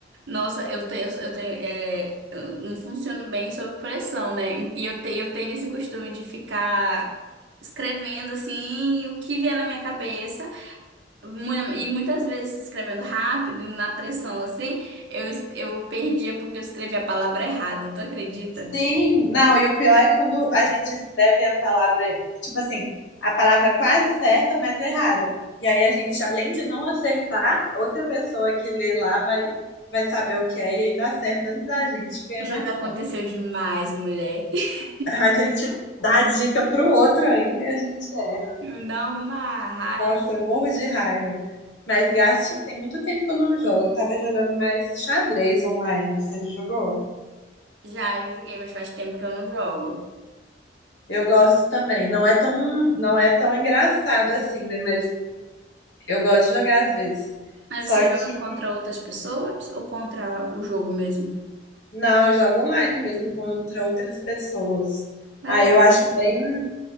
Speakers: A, on the right; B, on the left.
A: Nossa, eu tenho, eu tenho, é, eu não funciono bem sob pressão, né? E eu tenho, eu tenho esse costume de ficar escrevendo assim o que vier na minha cabeça, mu- e muitas vezes escrevendo rápido, e na pressão assim, eu, es- eu perdia porque eu escrevi a palavra errada, tu acredita?
B: Sim, não, e o pior é quando a gente escreve a palavra, tipo assim, a palavra quase certa, mas errada. E aí a gente, além de não acertar, outra pessoa que lê lá vai, vai saber o que é e ainda acerta antes da gente ganha
A: Já
B: mais
A: me aconteceu
B: ponto.
A: demais, mulher. <laughs>
B: A gente dá a dica pro outro ainda e a gente erra.
A: Não, uma raiva.
B: Nossa, eu morro de raiva. Mas Gartic tem muito tempo que eu não jogo. Eu tava jogando mais xadrez online. Você já jogou?
A: Já joguei, mas faz tempo que eu não jogo.
B: Eu gosto também. Não é tão, não é tão engraçado assim, né? Mas Eu gosto de jogar às vezes.
A: Aí
B: Só
A: você joga
B: que,
A: contra outras pessoas ou contra o jogo mesmo?
B: não, eu jogo online mesmo contra outras pessoas.
A: É.
B: Aí eu acho bem.